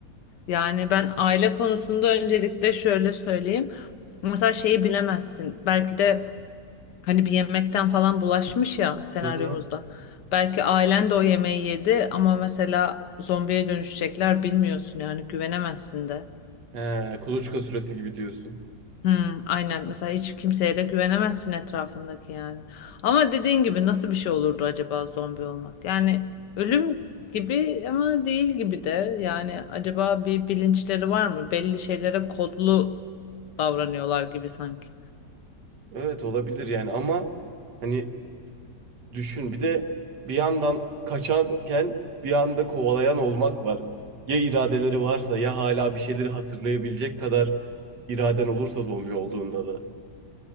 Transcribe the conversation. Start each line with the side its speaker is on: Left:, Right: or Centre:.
Left: Yani ben aile konusunda öncelikle şöyle söyleyeyim. Mesela şeyi bilemezsin. Belki de hani bir yemekten falan bulaşmış ya senaryomuzda.
Right: Hı hı.
Left: Belki ailen de o yemeği yedi ama mesela zombiye dönüşecekler bilmiyorsun yani güvenemezsin de.
Right: He, kuluçka süresi gibi diyorsun.
Left: Hmm, aynen mesela hiç kimseye de güvenemezsin etrafındaki yani. Ama dediğin gibi nasıl bir şey olurdu acaba zombi olmak? Yani ölüm gibi ama değil gibi de yani acaba bir bilinçleri var mı? Belli şeylere kodlu davranıyorlar gibi sanki.
Right: Evet olabilir yani ama hani düşün bir de bir yandan kaçanken bir anda kovalayan olmak var. Ya iradeleri varsa ya hala bir şeyleri hatırlayabilecek kadar iraden olursa zombi olduğunda da.